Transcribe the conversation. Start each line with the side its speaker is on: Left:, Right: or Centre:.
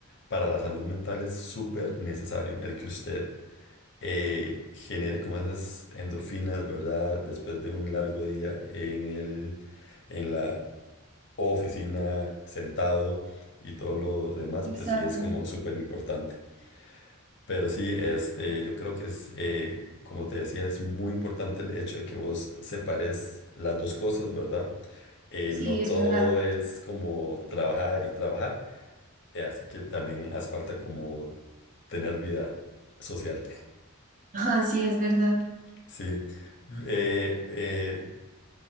Left: para la salud mental es súper necesario el que usted eh, genere como esas endorfinas, ¿verdad? Después de un largo día en el, en la oficina, sentado y todo lo demás, pues
Right: Exacto.
Left: sí es como súper importante. Pero sí, este, yo creo que es, eh, como te decía, es muy importante el hecho de que vos separes las dos cosas, ¿verdad? eh,
Right: Sí,
Left: no todo
Right: es verdad. <laughs>
Left: es como trabajar y trabajar, eh, así que también hace falta como tener vida social.
Right: Ah, sí, es verdad.
Left: Sí. Eh, eh,